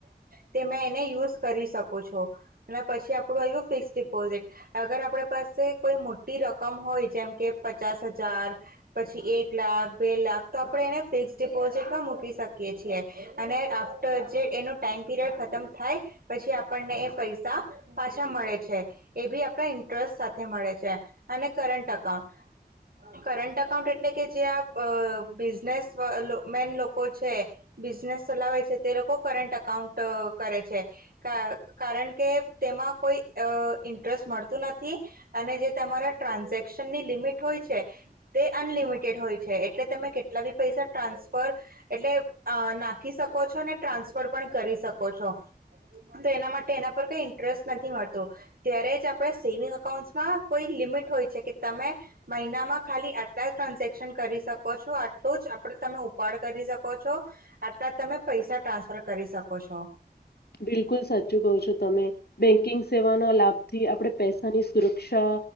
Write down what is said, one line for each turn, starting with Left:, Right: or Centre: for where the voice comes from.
Right: તે મે એને યુઝ કરી શકો છો અને પછી આપડું આવ્યું ફિક્સ ડિપોઝિટ અગર આપડે પાસે કોઈ મોટી રકમ હોય જેમ કે પચાસ હજાર પછી એક લાખ બે લાખ તો આપડે એને ફિક્સ ડિપોઝિટમાં મૂકી શકીએ છીએ અને આફ્ટર જે એનો ટાઈમ પીરિયડ ખતમ થાય પ પછી આપણને એ પૈસા પાછા મળે છે એ બી આપણા ઇન્ટરેસ્ટ સાથે મળે છે અ ને કરંટ અકાઉ કંરટ અકાઉન્ટ એટલે કે જે આ અ બિઝનેસમેન લોકો છે બિઝનેસ ચલાવે છે તે લોકો કંરટ અકાઉન્ટ કરે છે કા કારણ કે તેમાં કોઈ અ ઇન્ટરેસ્ટ મળતું નથી અને જે તમારા ટ્રાન્ઝેક્શનની લિમિટ હોય છે તે અનલિમિટ મેટ હોય છે એટલે તમે કેટલા બી પૈસા ટ્રાન્સફર એટલે અ નાખી શકો છો ને ટ્રા ટ્રાન્સફર પણ કરી શકો છો. તો એના માટે એના પર કઈ ઇન્ટરેસ્ટ નથી મળતો ત્યારે જ આપણે સેવિંગ અકાઉન્ટસમાં કોઈ લીમીટ હોય છે કે તમે મહિનામાં ખાલી આટલા ટ્રાન સેક્શન કરી શકો છો આટલું જ આપડે તમે ઉપાડ કરી શકો છો. આટલા તમે પૈસા ટ્રાન્સફર કરી શકો છો.
Left: બિલકુલ સાચું કહો છો તમે બેંકિંગ સેવાના લાભથી આપણે પૈસાની સુરક્ષા